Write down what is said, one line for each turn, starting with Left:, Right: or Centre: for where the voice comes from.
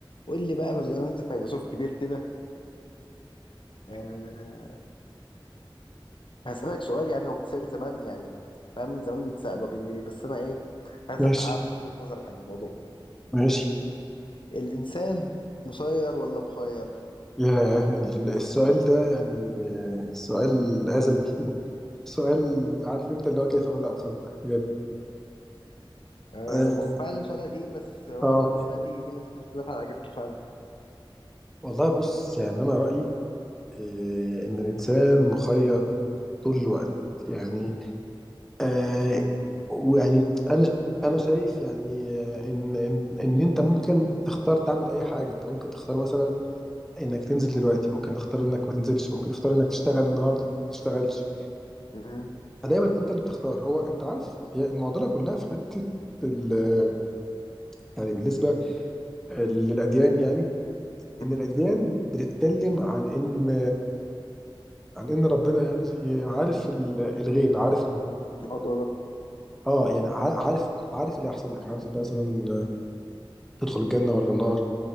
Left: قول لي بقى بدل ما انت فيلسوف كبير كده أه هسألك سؤال يعني هو بيتسأل زمان يعني فاهم من زمان بيتسأل وبي... بس انا ايه عايز
Centre: ماشي
Left: أف- اعرف وجهة نظرك عن الموضوع
Centre: ماشي
Left: الانسان مسير ولا مخير
Centre: يا ال- السؤال ده يعني سؤال أزلي <laughs> سؤال عارف انت اللي هو كيف بدأ الخلق بجد
Left: أه
Centre: اه
Left: ما هو فعلا سؤال قديم بس هو
Centre: آه.
Left: لحد دلوقتي في ناس بتختلف على اجابته فعلا
Centre: والله بص يعني انا رأيي آه، ان الانسان مخير طول الوقت يعني آه ويعني انا انا شايف يعني آه، ان ان ان انت ممكن تختار تعمل اي حاجه انت ممكن تختار مثلا انك تنزل دلوقتي ممكن تختار انك ما تنزلش ممكن تختار انك تشتغل النهارده ما تشتغلش
Left: مم.
Centre: فدايما انت اللي بتختار هو انت عارف هي المعضله كلها في حته ال- يعني بالنسبه للاديان يعني ان
Left: مم.
Centre: الاديان بتتكلم عن ان عن ان ربنا يعني عارف ال- الغيب عارف ال...
Left: الموضوع ده
Centre: اه يعني ع- عارف عارف اللي هيحصل لك عارف انت مثلا تدخل الجنه ولا النار